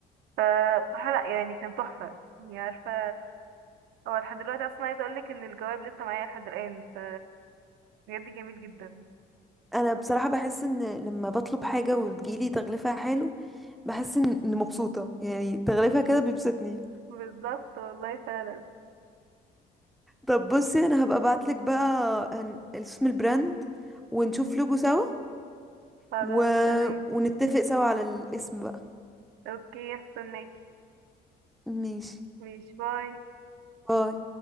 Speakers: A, on the right (about 80°); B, in the centre.
A: فبصراحه لا يعني كان تحفه يعني عارفه هو لحد دلوقتي اصلا عايز اقولك ان الجواب لسه معايا لحد الان ف بجد جميل جدا
B: انا بصراحة بحس ان لما بطلب حاجة وتجيلي تغليفها حلو بحس ان إن مبسوطة يعني تغليفها كده بيبسطني
A: بالظبط والله فعلا
B: طب بصي انا هبقى ابعتلك بقى هن- اسم البراند ونشوف لوجو سوا
A: خلاص
B: و...
A: تمام
B: ونتفق سوا على الاسم بقى
A: اوكي استناكي
B: ماشي
A: ماشي باي
B: باي